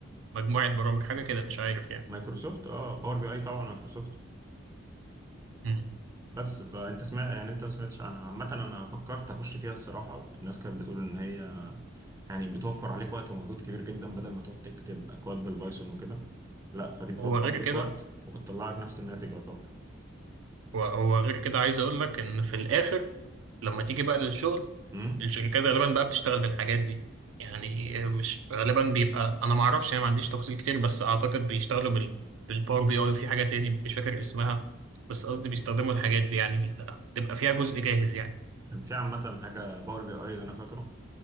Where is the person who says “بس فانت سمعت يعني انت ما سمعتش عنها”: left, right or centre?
Right